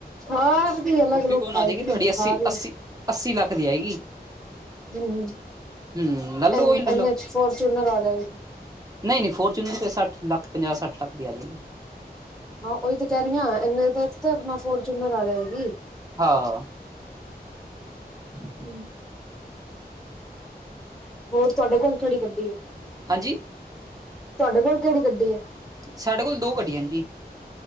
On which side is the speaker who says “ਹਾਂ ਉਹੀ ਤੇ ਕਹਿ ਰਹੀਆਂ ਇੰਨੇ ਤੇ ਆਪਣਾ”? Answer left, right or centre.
Centre